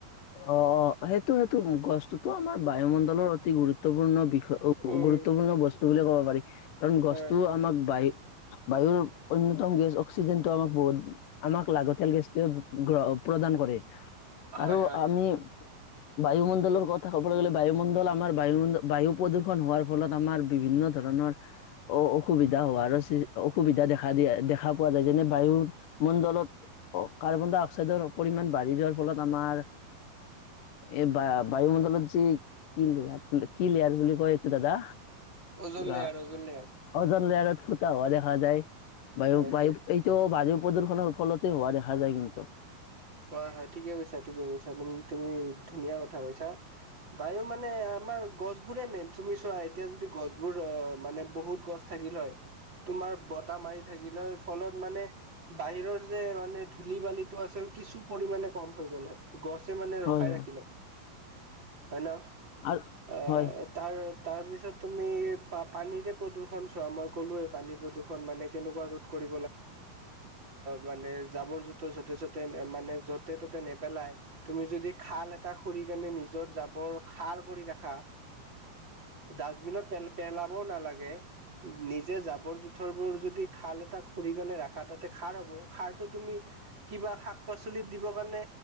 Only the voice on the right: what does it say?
উম,
হয়,
হয়,
হয়,
ওজন
লেয়াৰ, ওজন লেয়াৰ,
হয়,
হয়।
হয় হয় ঠিকে কৈছা ঠিকে কৈছা তুম তুমি ধুনীয়া কথা কৈছা বায়ু মানে আমাৰ গছ বোৰে মেইন তুমি চোৱা এতিয়া যদি গছ বোৰ অ মানে বহুত গছ থাকিল হয় তোমাৰ বতাহ মাৰি থাকিলে ফলত মানে বাহিৰৰ যে মানে ধূলি বালিটো আছিল। কিছু পৰিমামানে কম হৈ গ'ল। গছে মানে
ৰখাই
ৰাখিলে হয় ন
এ
তাৰ তাৰ পিছত তুমি প পানীৰে প্ৰদূৰ্ষণ চোৱা মই ক'লোে পানীৰ প্ৰদূৰ্ষণ মানে কেনেকুৱা ৰোদ কৰি মানে জ মানে য'তে ত'তে নেপেলাই তুমি যদি খাল এটা খুৰি কেনে নিজৰ জাবৰ খাল ভাল কৰি ৰাখা
ডাষ্টবিনত পেল পেলাবও নালাগে নিজে জাবৰ জোথৰবোৰ যদি খাল এটা খুৰিকনে ৰাখা তাতে খাৰ হব খাৰটো তুমি কিবা শাক পাচলিত দিবৰ কাৰণে